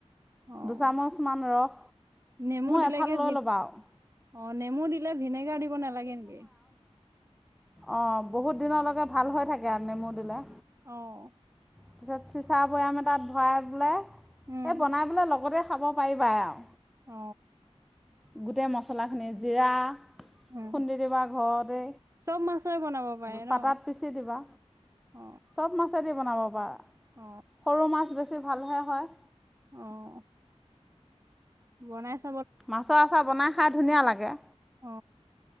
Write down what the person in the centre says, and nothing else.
দুচামুচ মান ৰস।
এফাল লৈ ল'বা আৰু
অ বহুত দিনলৈকে ভাল হৈ থাকে আৰু নেমু দিলে।
পিছত চিচা বৈয়াম এটাত ভৰাই পেলাই
এই বনাই পেলাই লগতে খাব পাৰিবাই আৰু।
গোটেই মছলা মেজিৰা,
খুন্দি দিবা ঘৰতে,
পাতাত
পিচি দিবা।
চব মাছ বনাব পাৰা।
সৰু মাছ বেছি ছি ভালহে হয়।
মাছৰ আছা বনাই খাই ধুনীয়া লাগে।